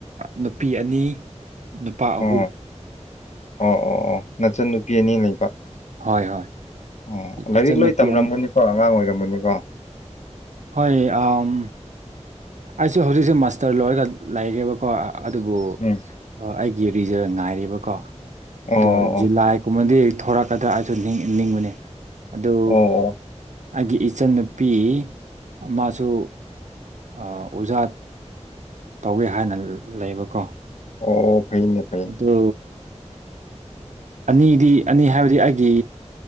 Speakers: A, on the right; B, on the left.
A: ꯅꯨꯄꯤ ꯑꯅꯤ ꯅꯨꯄꯥ
B: ꯑꯣ
A: ꯑꯍꯨꯝ
B: ꯑꯣ ꯑꯣ ꯑꯣ ꯅꯆꯟ ꯅꯨꯄꯤ ꯑꯅꯤ ꯂꯩꯕ
A: ꯍꯣꯏ ꯍꯣꯏ
B: ꯑꯣ ꯂꯥꯏꯔꯤꯛ
A: ꯏꯆꯟꯅꯨꯄꯤ
B: ꯂꯣꯏ ꯇꯝꯔꯝꯃꯅꯤꯀꯣ
A: ꯑꯅꯤ
B: ꯑꯉꯥꯡ ꯑꯣꯏꯔꯝꯃꯅꯤꯀꯣ
A: ꯍꯣꯏ ꯑꯝ ꯑꯩꯁꯨ ꯍꯧꯖꯤꯛꯁꯦ ꯃꯥꯁꯇꯔ ꯂꯣꯏꯔꯒ ꯂꯩꯒꯦꯕꯀꯣ ꯑꯗꯨꯕꯨ
B: ꯎꯝ
A: ꯑꯩꯒꯤ ꯔꯤꯖꯜ ꯉꯥꯏꯔꯤꯕꯀꯣ
B: ꯑꯣ
A: ꯑꯗ
B: ꯑꯣ ꯑꯣ
A: ꯖꯨꯂꯥꯏ ꯀꯨꯝꯕꯗꯤ ꯊꯣꯔꯛꯀꯗ꯭ꯔ ꯑꯗꯨ ꯅꯤꯡꯕꯅꯦ ꯑꯗꯨ
B: ꯑꯣ ꯑꯣ
A: ꯑꯩꯒꯤ ꯏꯆꯟꯅꯨꯄꯤ ꯑꯃꯁꯨ ꯑꯣꯖꯥ ꯇꯧꯒꯦ ꯍꯥꯏꯅ ꯂꯩꯕꯀꯣ
B: ꯑꯣ ꯑꯣ ꯐꯩꯅꯦ ꯐꯩꯅꯦ
A: ꯑꯗꯨ ꯑꯅꯤꯗꯤ ꯑꯅꯤ ꯍꯥꯏꯕꯗꯤ ꯑꯩꯒꯤ